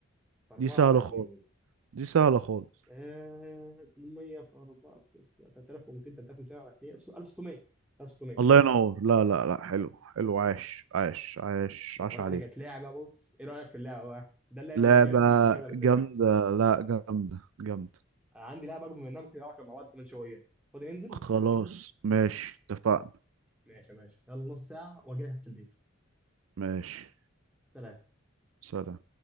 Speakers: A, in the centre; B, on the right (about 75°).
A: 4
B: دي سهلة
A: على 2
B: خالص دي سهلة خالص
A: آه... 800 في 4 في 3200 3200 على 2 1600 1600
B: الله ينور لا لا لا حلو حلو عاش عاش عاش
A: بصراحه
B: عاش عليك
A: دي كانت لعبه بص ايه رايك في اللعبه بقى ده اللعب
B: لعبة
A: اللي بجد اللي شغل الدماغ
B: جامدة لا جامدة جامدة
A: عندي لعبه اكبر منها ممكن نلعبها مع بعض كمان شويه فاضي ننزل
B: خلاص ماشي اتفقنا
A: ماشي ماشي يلا نص ساعه واجي لك تحت البيت
B: ماشي
A: سلام
B: سلام